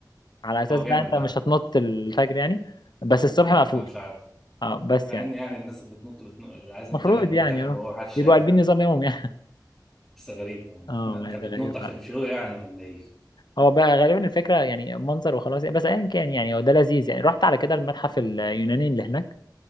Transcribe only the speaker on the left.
على اساس
بقى انت
مش هتنط الفجر يعني بس الصبح مقفول
اه بس
يعني
المفروض
يعني اه
بيبقوا قلبين
نظام يومهم يعني <laughs>
اه
ما هي
غريبة
فعلا
هو بقى غالبا الفكرة يعني منظر وخلاص يعني، بس ايا كان يعني هو ده لذيذ يعني رحت على كده المتحف اليوناني اللي هناك